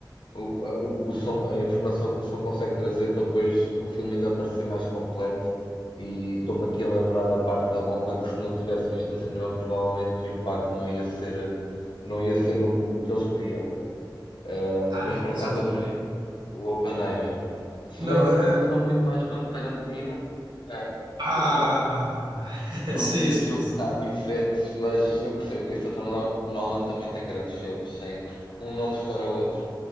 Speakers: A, on the left; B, on the right.
A: o, a, o que o som, a informação que o som consegue trazer para depois o filme ainda parecer mais completo. E estou-me aqui a lembrar da parte da bomba que se não tivesse visto no cinema, provavelmente o impacto não ia ser, não ia ser o o que eles queriam. Uh,
B: Ah,
A: mas por
B: exatamente.
A: acaso adorei o Oppenheimer. Se
B: Não,
A: bem
B: eh,
A: que
B: eh,
A: sou muito mais fã de Tarantino, uh,
B: ah,
A: não
B: <laughs>
A: por
B: sim,
A: motivos
B: sim,
A: um
B: sim.
A: bocado diferentes, mas eu percebo que Christopher No- Nolan também tem grandes filmes, sem um não descora o outro.